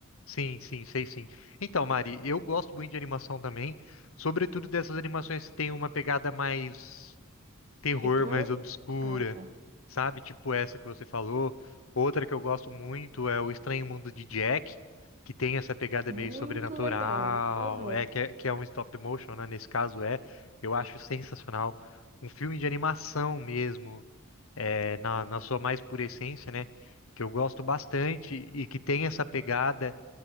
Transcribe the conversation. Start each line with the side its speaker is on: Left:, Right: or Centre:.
Left: Sim, sim, sei sim. Então, Mari, eu gosto muito de animação também, sobretudo dessas animações que tem uma pegada mais terror,
Right: Retrô?
Left: mais obscura,
Right: Ah, tá.
Left: sabe? Tipo essa que você falou. Outra que eu gosto muito é O Estranho Mundo de Jack, que tem essa pegada
Right: Muito
Left: meio sobrenatural,
Right: legal. Aham.
Left: é que é, que é um stop motion, né? Nesse caso é, eu acho sensacional. Um filme de animação mesmo. é, na, na sua mais pura essência, né? Que eu gosto bastante e que tem essa pegada